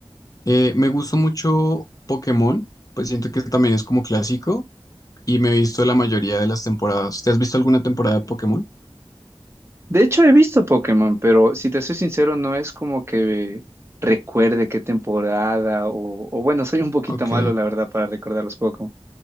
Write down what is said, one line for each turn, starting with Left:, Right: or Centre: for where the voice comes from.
Left: Eh, me gusta mucho Pokémon, pues siento que también es como clásico y me he visto la mayoría de las temporadas. ¿Te has visto alguna temporada de Pokémon?
Right: De hecho, he visto Pokémon, pero si te soy sincero, no es como que recuerde qué temporada o, o bueno, soy un poquito
Left: Ok.
Right: malo, la verdad, para recordar los Pokémon.